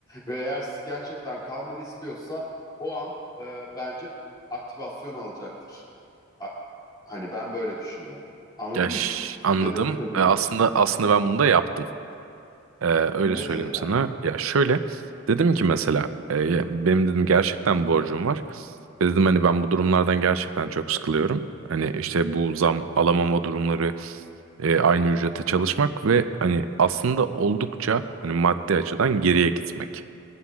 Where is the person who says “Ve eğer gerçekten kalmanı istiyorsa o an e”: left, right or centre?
Left